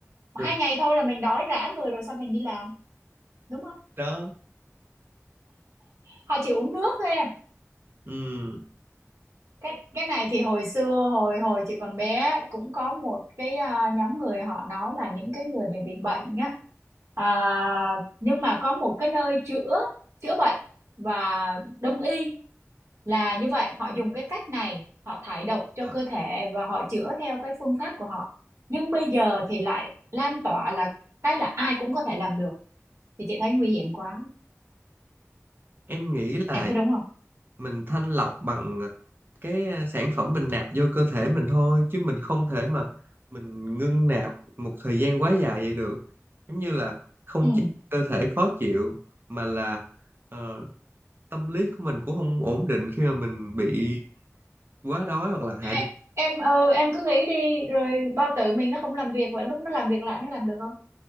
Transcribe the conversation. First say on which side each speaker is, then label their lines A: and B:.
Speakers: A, on the right; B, on the right.
A: hai
B: rồi
A: ngày thôi là mình đói rã người rồi sao mình đi làm đúng không
B: đó
A: họ chỉ uống nước thôi em
B: Ừm,
A: cái cái này thì hồi xưa hồi hồi chị còn bé ấy, cũng có một cái à, nhóm người họ nói là những cái người bị bị bệnh á à, nhưng mà có một cái nơi chữa chữa bệnh và đông y là như vậy họ dùng cái cách này họ thải độc cho
B: ờ,
A: cơ thể và họ chữa theo cái phương pháp của họ nhưng bây giờ thì lại lan tỏa là cái là ai cũng có thể làm được thì chị thấy nguy hiểm quá
B: em nghĩ là
A: em thấy đúng không
B: mình thanh lọc bằng cái à, sản phẩm mình nạp vô cơ thể mình thôi chứ mình không thể mà mình ngưng nạp một thời gian quá dài vậy được giống như là không
A: ừ
B: chỉ cơ thể khó chịu mà là ờ, tâm lý của mình cũng không ổn định khi mà mình bị quá đói hoặc là hạ
A: À,
B: đường
A: em ừ em cứ nghĩ đi rồi bao tử mình nó không làm việc và lúc nó làm việc lại nó làm được không